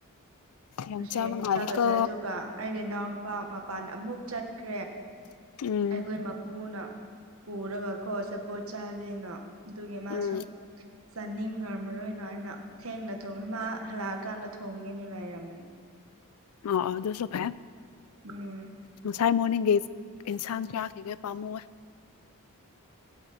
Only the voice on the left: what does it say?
ꯌꯥꯝ
ꯆꯥꯕ ꯃꯥꯜꯂꯦꯀꯣ
ꯎꯝ
ꯎꯝ
ꯑꯣ ꯑꯣ ꯑꯗꯨꯁꯨ ꯐꯩ
ꯉꯁꯥꯏ ꯃꯣꯔꯅꯤꯡꯒꯤ ꯏꯟ ꯏꯟꯁꯥꯡ ꯀꯥꯈꯤꯒꯩ ꯄꯥꯝꯃꯨꯋꯦ